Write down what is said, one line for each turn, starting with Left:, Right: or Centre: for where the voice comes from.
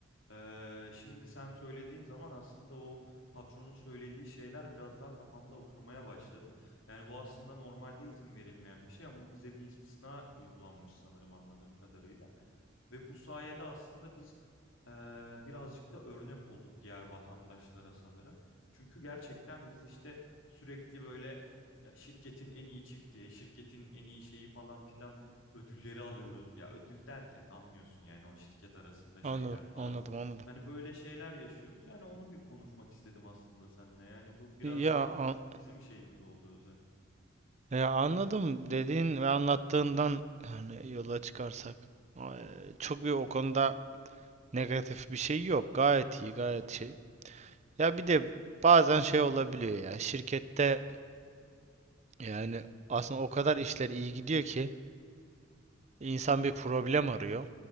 Left: eee, şimdi sen söylediğin zaman aslında o patronun söylediği şeyler biraz daha kafamda oturmaya başladı. Yani bu aslında normalde izin verilmeyen bir şey ama bize bir istisna uygulanmış sanırım anladığım kadarıyla. Ve bu sayede aslında biz eee, birazcık da örnek olduk diğer vatandaşlara sanırım. Çünkü gerçekten biz işte sürekli böyle ya şirketin en iyi çifti, şirketin en iyi şeyi falan filan ödülleri alıyoruz. Ya ödül derken anlıyorsun yani o şirket arasında şeyler
Right: Anladım,
Left: falan.
Right: anladım, anladım.
Left: Hani böyle şeyler yaşıyoruz. Yani onu bir konuşmak istedim aslında seninle. Yani bu biraz
Right: Ya,
Left: da
Right: an-
Left: bizim şeyimiz oldu özel.
Right: ya anladım dediğin ve anlattığından hani yola çıkarsak e, çok bir o konuda negatif bir şey yok. Gayet iyi, gayet şey. Ya bir de bazen şey olabiliyor ya şirkette Yani aslında o kadar işler iyi gidiyor ki insan bir problem arıyor